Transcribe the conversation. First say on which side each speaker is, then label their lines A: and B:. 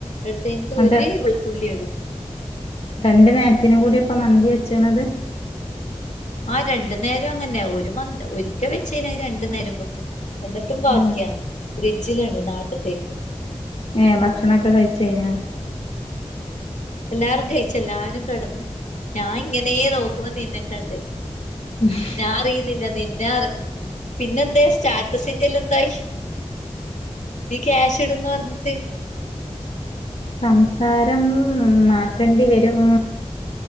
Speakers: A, on the left; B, on the left.
A: എടുത്ത് കഴിഞ്ഞിട്ട്
B: ന്നട്ട്
A: ഒരു വെളുത്തുള്ളി ഇടും.
B: രണ്ടു നേരത്തിനും കൂടി ആ ഇപ്പ മന്തി വെച്ചണത്.
A: ആ രണ്ടു നേരം അങ്ങനെ ന്നെ ഒരു മന്തി ഒരിക്കെ വെച്ച് കഴിഞ്ഞാ രണ്ടു നേരം വെക്കും. എന്നിട്ടും ബാക്കിയാണ്
B: ഉം
A: ഫ്രിഡ്ജിലുണ്ട് നാളത്തേക്ക്.
B: ഏഹ് ഭക്ഷണൊക്കെ കഴിച്ച് കഴിഞ്ഞാ.
A: ഉം എല്ലാരും കഴിച്ച് എല്ലാരും കിടന്ന് ഞാൻ ഇങ്ങനെയ നോക്ക ക്കുമ്പം നിന്നെകണ്ട്.
B: ഉം <unintelligible>
A: ഞാൻ അറിയുന്നില്ല നിന്നെ പിന്നെ എന്താ സ്റ്റാറ്റസിന്റെ എല്ലാം എന്തായി? നീ ക്യാഷ് ഇടുന്ന് പറഞ്ഞിട്ട്.
B: സംസാരം മാറ്റേണ്ടി വരും.